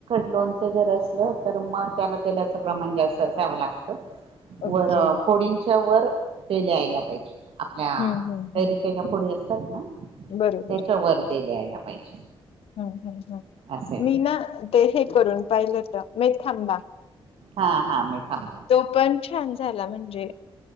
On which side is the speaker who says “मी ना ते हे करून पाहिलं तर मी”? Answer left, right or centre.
Left